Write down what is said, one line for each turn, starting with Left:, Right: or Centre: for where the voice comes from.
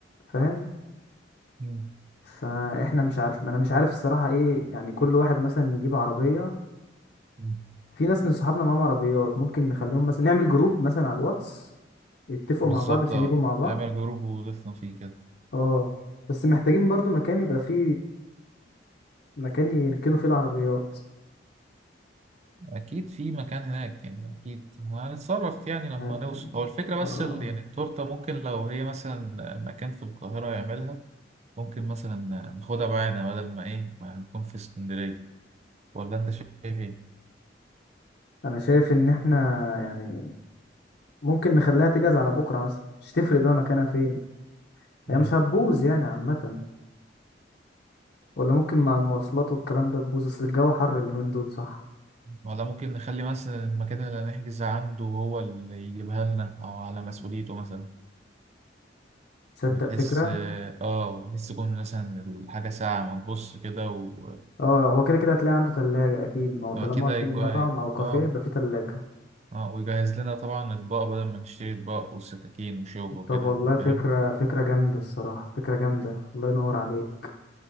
Left: فاهم
Right: مم.
Left: فاحنا مش عارف ما انا مش عارف الصراحة ايه يعني كل واحد مثلا يجيب عربية
Right: مم.
Left: في ناس من صحابنا معاهم عربيات ممكن نخليهم مثلا نعمل جروب مثلا على الواتس يتفقوا
Right: بالظبط
Left: مع بعض عشان
Right: اه
Left: يجوا مع بعض
Right: اعمل جروب وضيفنا فيه كده
Left: اه بس محتاجين برضو مكان يبقى فيه مكان يركنوا فيه العربيات
Right: أكيد في مكان هناك يعني أكيد هنتصرف يعني لما
Left: عارف
Right: نوصل هو الفكرة بس
Left: اه
Right: ال- يعني التورتة ممكن لو هي مثلا مكان في القاهرة يعملها ممكن مثلا ناخدها معانا بدل ما إيه ما نكون في اسكندرية ولا أنت شايف
Left: انا شايف ان احنا يعني ممكن نخليها تجهز على بكرة مثلا مش تفرق بقى مكانها فين هي
Right: إيه؟
Left: مش هتبوظ يعني عامة ولا ممكن مع المواصلات والكلام ده تبوظ اصل الجو حر اليومين دول صح
Right: ولا ممكن نخلي مثلا المكان اللي هنحجز عنده هو اللي يجيبها لنا أو على مسؤوليته مثلا
Left: تصدق
Right: بحيث
Left: فكرة
Right: اه بحيث تكون مثلا الحاجة ساعة ما تبص كده و
Left: اه هو كده كده هتلاقي عنده تلاجة اكيد ما هو طالما
Right: هو كده
Left: في
Right: يكون
Left: مطعم او كافيه
Right: اه
Left: يبقى في تلاجة
Right: اه ويجهز لنا طبعا أطباق بدل ما نشتري أطباق وسكاكين وشوك وكده
Left: طب والله فكرة
Right: فاهم
Left: فكرة جامدة الصراحة فكرة جامدة الله ينور عليك